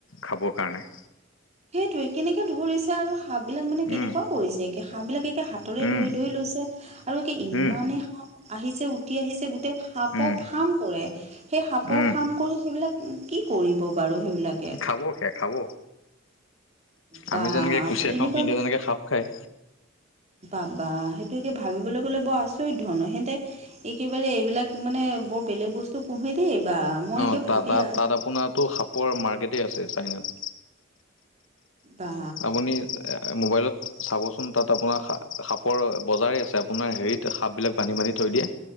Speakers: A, on the left; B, on the right.
A: খাবৰ কাৰণে।
B: সেইটোৱেই কেনেকে ধৰিছে আৰু সাপ বিলাক মানে কেনেকুৱা
A: উম
B: কৰিছে একে সাপ বিলাকে হাতৰে
A: উম
B: ধৰি ধৰি লৈছে আৰু একে ইমানেই
A: উম
B: সাপ আহিছে উটি আহিছে গোটেই সাপৰ
A: উম
B: ফাৰ্ম কৰে। সেই সাপৰ
A: উম
B: ফাৰ্ম কৰি সেইবিলাক কি কৰিব বাৰু সেইবিলাকে?
A: খাবগে খাব
B: বা
A: আমি যেনেকে কুচিয়া খাওঁ
B: এনেকুৱা
A: সি তেনেকে সাপ খায়।
B: বাবা সেইটো এতিয়া ভাবিবলে গ'লে বৰ আচৰিত ধৰণৰ হেঁতে একেবাৰে এইবিলাক মানে বৰ বেলেগ বস্তু পুহে দেই বা। মই
A: অ
B: একে
A: ত
B: ভাবি
A: তাত
B: আ
A: তাত আপোনাৰটো সাপৰ মাৰ্কেটেই আছে চাইনাত।
B: বা
A: আপুনি এ মোবাইলত চাবচোন তাত আপোনাৰ সা সাপৰ বজাৰেই আছে, আপোনাৰ হেৰিত সাপ বিলাক বান্ধি বান্ধি থৈ দিয়ে।